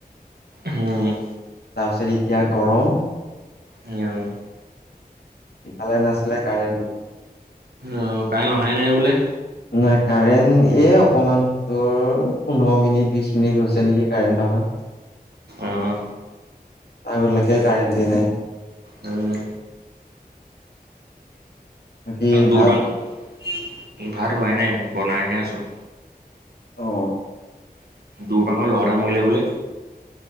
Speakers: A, on the right; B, on the left.
A: হম
B: তাৰপিছত এতিয়া গৰম।
A: নিওঁ
B: ইফালে নাছিলে কাৰেণ্টটো।
A: অ কাৰনে অহাই নাই বোলে?
B: নাই কাৰেণ্ট এ অকমান তোৰ পোন্ধৰ মিনিট বিশ মিনিট হৈছে নেকি কাৰেণ্ট অহা।
A: অহ।
B: আগলৈকে কাৰেণ্টি নাই।
A: উম।
B: বাকী
A: দৰ
B: ভাত
A: বাং ভাত হোৱাই নাই। বনাইহে আছোঁ।
B: অ
A: দৰপাঙৰ ল'ৰা এটা মৰিলে বোলে?